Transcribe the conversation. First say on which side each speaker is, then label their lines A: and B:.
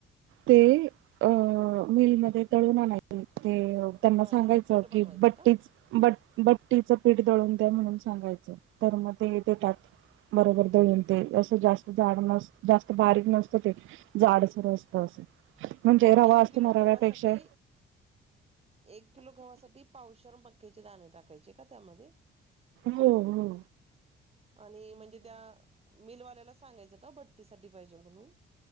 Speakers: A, on the right; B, on the right.
A: ते अ मिलमध्ये दळून आणायचे. ते अ त्यांना
B: हा
A: सांगायचं
B: त्याचे पीठ बनवायचं
A: की बट्टीच
B: का?
A: बट बट्टीचं पीठ दळून द्या म्हणून सांगायचं. तर मग ते देतात. बरोबर दळूण ते. असं जास्त जाड नस जा बारीक नसतं ते. जाड सर असत असं. म्हणजे रवा
B: एक
A: असतो
B: किलो
A: ना.
B: गव्हासाठी
A: रव्यापेक्षा
B: एक किलो गवासाठी पावशरम मक्क्याचे दाणे टाकायचे का? त्यामध्ये.
A: हो हो
B: आणि म्हणजे त्या मिलवाल्याला सांगायचं का? बट्टीसाठी पाहिजे म्हणून.